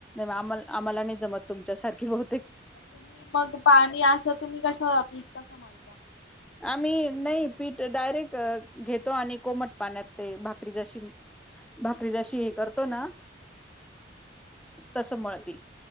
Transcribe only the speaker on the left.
तुम्ही मग पाणी असं तुम्ही कसं पीठ कसं मलता?